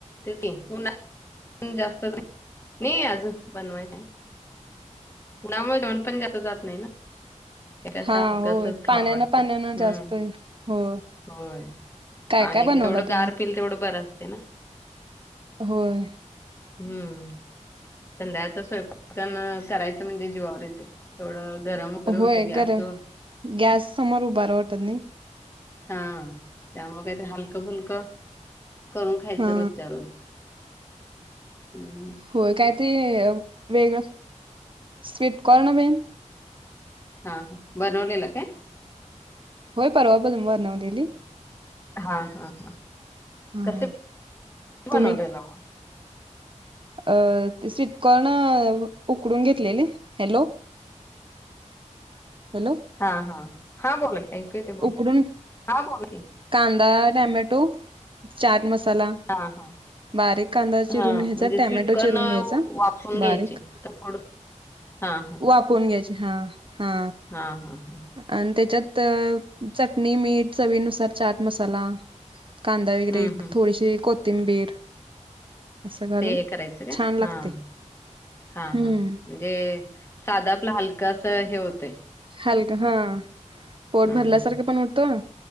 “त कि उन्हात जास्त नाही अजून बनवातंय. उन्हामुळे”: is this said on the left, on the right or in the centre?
Left